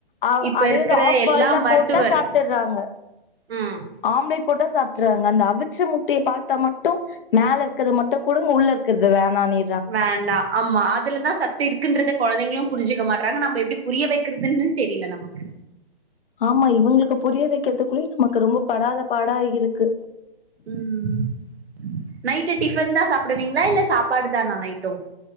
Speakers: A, on the left; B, on the right.
A: அ
B: இப்ப
A: அதேது
B: இருக்கிற
A: ஆஃப்
B: எல்லா
A: பாயிலா
B: மருத்துவர்
A: போட்டா சாப்பிட்டுறாங்க
B: ம்
A: ஆம்லேட் போட்டா சாப்பிட்றாங்க அந்த அவிச்ச முட்டைய பாத்தா மட்டு மேல இருக்கது மட்டு குடுங்க உள்ள இருக்கிறது வேணா நீ
B: வேண்டா ஆமா அதுலதா சத்து இருக்குன்றத கொழந்தைங்களு புரிஞ்சிக்க மாட்டறாங்க நம்ப எப்டி புரிய வைக்கிறதுன்னு தெரியல நமக்கு
A: ஆமா இவுங்களுக்கு புரிய வைக்கிறதுக்குள்ளயே நமக்கு ரொம்போ படாத பாடா இருக்கு
B: ம் ம் நைட்டு டிஃபன் தா சாப்பிடுவீங்களா இல்ல சாப்பாடு தானா நைட்டு